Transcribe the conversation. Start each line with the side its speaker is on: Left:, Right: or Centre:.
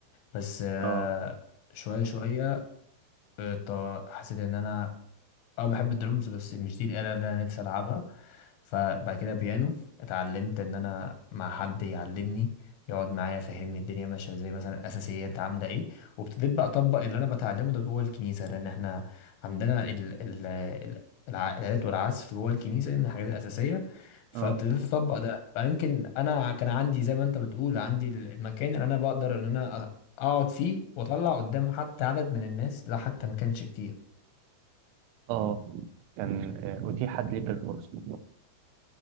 Left: بس آه،
Right: اه
Left: شويه شويه آه، ط- حسيت ان انا اه بحب الدرمز بس مش دي الآلة اللي انا نفسي العبها فبعد كده بيانو اتعلمت ان انا مع حد يعلمني يقعد معايا يفهمني الدنيا ماشيه ازاي مثلا الاساسيات عامله ايه وابتديت بقى اطبق اللي انا بتعلمه ده جوه الكنيسه لان احنا عندنا ال ال ال- الع- الآلات والعزف جوه الكنيسه دي من الحاجات الاساسيه فابتديت
Right: اه
Left: اطبق ده فيمكن انا كان عندي زي ما انت بتقول عندي ال- المكان اللي انا بقدر ان انا أ- اقعد فيه واطلع قدام حتى عدد من الناس لا حتى ما كانش كتير
Right: اه كان آه، أتيحت ليك الفرصة